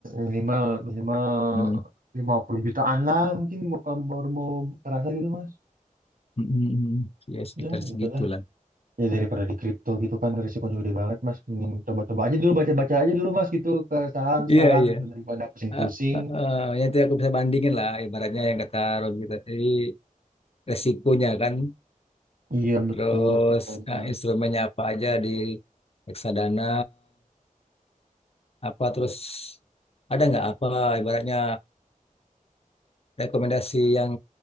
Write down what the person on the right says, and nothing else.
Minimal, minimal
50 jutaan lah mungkin bukan baru mau kerasa gitu, mas.
Ya,
gitu lah. Ya daripada di kripto gitu kan risikonya gede banget mas. Mending coba-coba aja dulu baca-baca aja dulu mas gitu ke saham
sekarang
gitu daripada pusing-pusing.
Iya betul.
kriptonya.